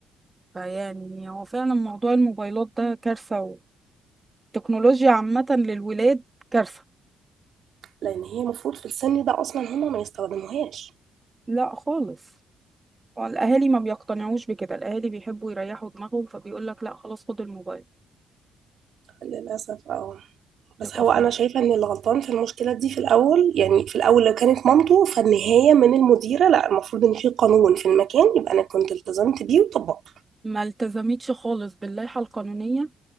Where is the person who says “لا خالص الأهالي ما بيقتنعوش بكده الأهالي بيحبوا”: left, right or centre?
Right